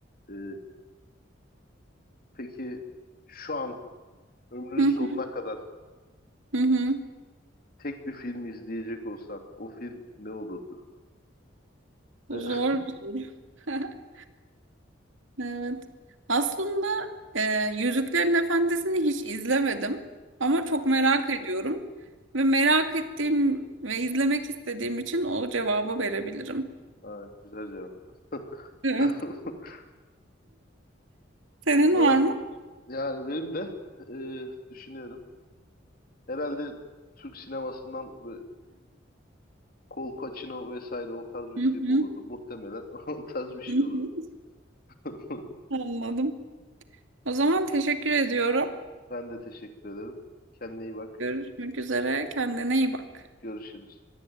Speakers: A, on the left; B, on the right.
A: E, peki şu an ömrünün
B: Hı
A: sonuna
B: hı.
A: kadar
B: Hı hı.
A: tek bir film izleyecek olsan o film ne olurdu? <laughs>
B: Zor bir soru. <laughs> Evet. Aslında e, Yüzüklerin Efendisi'ni hiç izlemedim ama çok
A: Aha,
B: merak ediyorum ve merak ettiğim ve izlemek istediğim için o cevabı verebilirim.
A: ha, güzel cevap.
B: Evet.
A: <laughs>
B: Senin
A: O zaman
B: var mı?
A: yani benim de e, düşünüyorum. Herhalde Türk sinemasından böyle Kolpaçino vesaire o tarz bir
B: Hı
A: film
B: hı.
A: olurdu. Muhtemelen <laughs> o tarz bir şey
B: Hı hı.
A: olurdu. <laughs>
B: Anladım. O zaman teşekkür ediyorum.
A: Ben de teşekkür ederim. Kendine iyi bak.
B: Görüşmek üzere. Kendine iyi bak.
A: Görüşürüz.